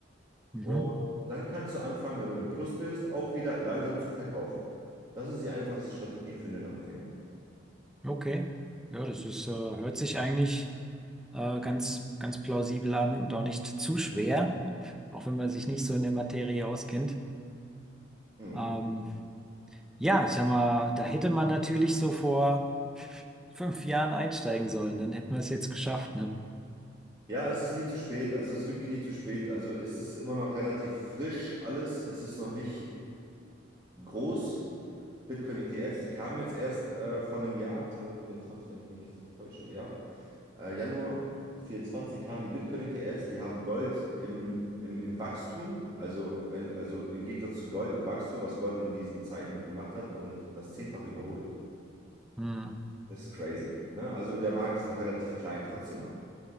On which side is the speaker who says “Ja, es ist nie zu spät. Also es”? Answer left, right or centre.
Right